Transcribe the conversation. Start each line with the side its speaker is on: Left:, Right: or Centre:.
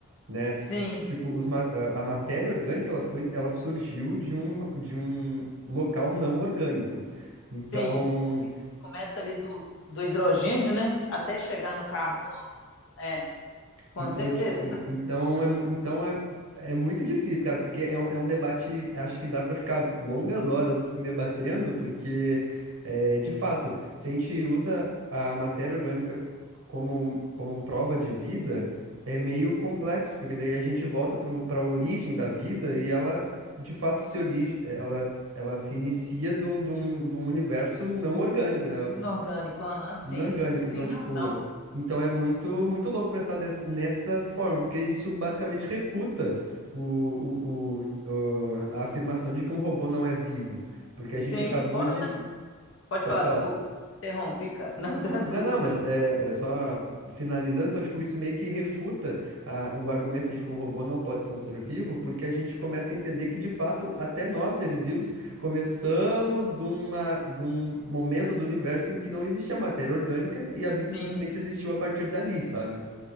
Right: né?
Left: sim.
Right: Tipo, os ma- a a matéria orgânica, ela foi, ela surgiu de um, de um local não orgânico. Então,
Left: Sim, porque começa ali do, do hidrogênio, né? Até chegar no carbono. É, com
Right: Então,
Left: certeza.
Right: tipo,
Left: <laughs>
Right: então é, mu- então é, é muito difícil, cara, porque é um, é um debate, acho que dá pra ficar longas horas assim debatendo, porque é, de fato, se a gente usa a matéria orgânica como, como prova de vida, é meio complexo, porque daí a gente volta para a origem da vida e ela de fato se origi ela, ela se inicia de um, de um, de um universo não orgânico, né?
Left: Inorgânico, aham, sim.
Right: Inorgânico,
Left: Você
Right: então,
Left: tem
Right: tipo.
Left: razão.
Right: Então é muito, muito louco pensar nessa, nessa forma, porque isso basicamente refuta o, o, o- o- a afirmação de que um robô não é vivo. Porque a
Left: Sim,
Right: gente acabou
Left: fora
Right: de.
Left: também. Pode
Right: Pode
Left: falar,
Right: falar,
Left: desculpa. Interrompi, cara. <laughs> Não, tranquilo,
Right: não, não,
Left: pode
Right: mas
Left: falar.
Right: é, é só finalizando, então, tipo, isso meio que refuta a- o argumento de que um robô não pode ser um ser vivo, porque a gente começa a entender que, de fato, até nós, seres vivos, começamos de uma, de um momento do universo em que não existia matéria orgânica e a vida
Left: Sim.
Right: simplesmente existiu a partir dali, sabe?